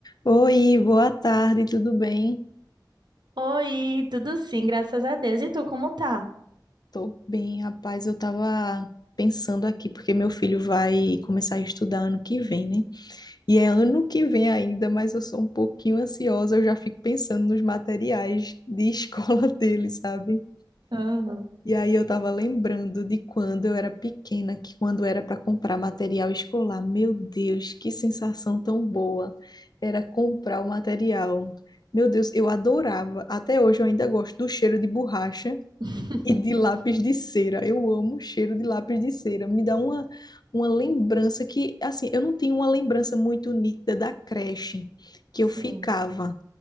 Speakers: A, on the left; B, on the right.
A: Oi, boa tarde, tudo bem?
B: Oi, tudo sim, graças a Deus. E tu, como tá?
A: Tô bem, rapaz. Eu tava pensando aqui, porque meu filho vai começar a estudar ano que vem, né? E é ano que vem ainda, mas eu sou um pouquinho ansiosa, eu já fico pensando nos materiais de <laughs> escola dele, sabe?
B: Aham.
A: E aí eu tava lembrando de quando eu era pequena, que quando era para comprar material escolar, meu Deus, que sensação tão boa era comprar o material. Meu Deus, eu adorava. Até hoje eu ainda gosto do cheiro de borracha
B: <laughs>
A: E de lápis de cera. Eu amo o cheiro de lápis de cera. Me dá uma, uma lembrança que, assim, eu não tenho uma lembrança muito nítida da creche que
B: Sim.
A: eu ficava.